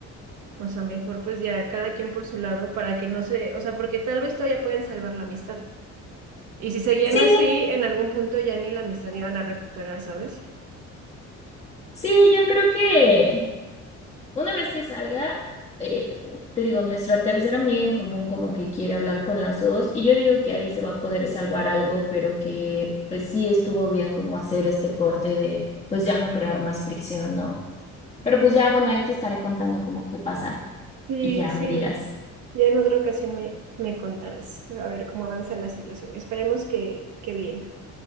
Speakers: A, on the right; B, on the left.
A: o sea, mejor pues ya cada quien por su lado para que no se, o sea, porque tal vez todavía pueden salvar la amistad. Y si seguían
B: Sí,
A: así, en algún punto ya ni la amistad iban a recuperar, ¿sabes?
B: sí, yo creo que... Una vez que salga, eh, te digo, nuestra tercera amiga en común como que quiere hablar con las dos y yo digo que ahí se va a poder salvar algo, pero que pues sí estuvo bien como hacer este corte de pues ya no crear más fricción, ¿no? Pero pues ya, bueno, ahí te estaré contando como qué pasa
A: Sí,
B: y ya
A: sí.
B: me dirás.
A: Ya en otra ocasión me, me contarás a ver cómo avanza la situación. Esperemos que, que bien.